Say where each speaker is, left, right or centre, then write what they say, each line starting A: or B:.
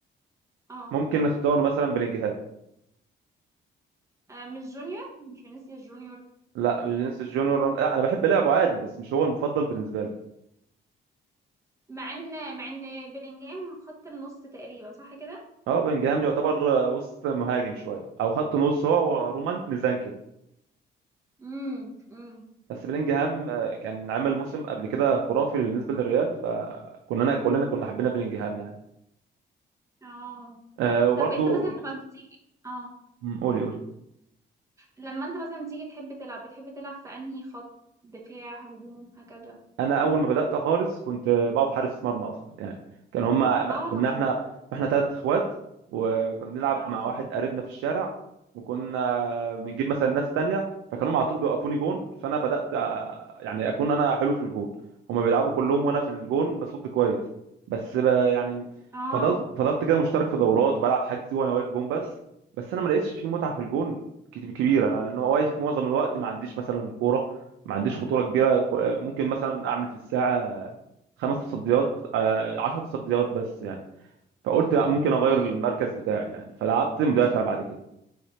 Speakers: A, on the right (about 15°); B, on the right (about 85°).
A: اه
B: ممكن نختار مثلا بلينجهام
A: آه، مش جونيور مش فينيسيوس جونيور
B: لا فينيسيوس جونيور لا انا بحب لعبه عادي بس مش هو المفضل بالنسبه لي
A: مع ان مع ان بيلينجهام خط النص تقريبا صح كده
B: اه بلينجهام يعتبر آه، وسط مهاجم شويه او خط نص هو ورومان ميزان كده
A: امم امم
B: بس بلينجهام آه، كان عامل موسم قبل كده خرافي بالنسبه للريال فكلنا كلنا كنا حبينا بلينجهام يعني
A: اه
B: آه، وبرضو
A: طب انت مثلا لما بتيجي اه
B: مم، قولي قولي
A: لما انت مثلا تيجي تحب تلعب بتحب تلعب في انهي خط دفاع هجوم هكذا
B: انا اول ما بدات خالص كنت بقف حارس مرمى اصلا يعني كان هما
A: اه
B: كنا احنا احنا ثلاث اخوات وكنا بنلعب
A: اه
B: مع واحد قريبنا في الشارع وكنا بنجيب مثلا ناس تانية فكانوا على طول بيوقفوني جون فانا بدات آه، يعني اكون انا حلو في الجون هما بيلعبوا كلهم وانا في الجون بصد كويس بس ب- يعني
A: اه
B: فضلت فضلت كده مشترك في دورات وبلعب حجزي وانا واقف جون بس بس انا ما لقيتش في متعه في الجون كت- كبيره انا لأن هو واقف معظم الوقت ما عنديش مثلا كوره ما عنديش خطوره كبيره كو- ممكن مثلا اعمل في الساعه خمس تصديات آه، عشر تصديات بس يعني فقلت لأ، ممكن اغير
A: امم
B: المركز بتاعي يعني فلعبت مدافع بعد كده